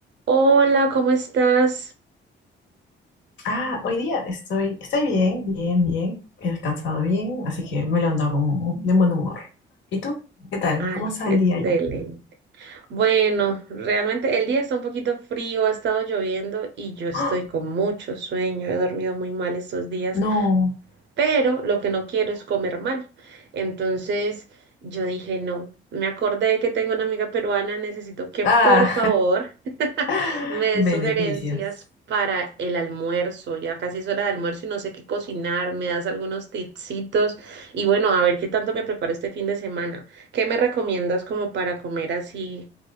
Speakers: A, on the right; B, on the left.
A: Hola, ¿cómo estás?
B: Ah, hoy día estoy, estoy bien, bien, bien. He descansado bien, así que me lo ando con un- de buen humor. ¿Y tú? ¿Qué tal?
A: Ay,
B: ¿Cómo está
A: excelente.
B: el día ya?
A: Bueno, realmente el día está un poquito frío, ha estado lloviendo y yo estoy
B: ¡Ah!
A: con mucho sueño. He dormido muy mal estos días.
B: No.
A: pero lo que no quiero es comer mal. Entonces yo dije, no, me acordé que tengo una amiga peruana, necesito que
B: Ah,
A: por favor <laughs>
B: <laughs>
A: me dé
B: beneficios.
A: sugerencias para el almuerzo. Ya casi es hora de almuerzo y no sé qué cocinar, me das algunos tipsitos y bueno, a ver qué tanto me preparo este fin de semana. ¿Qué me recomiendas como para comer así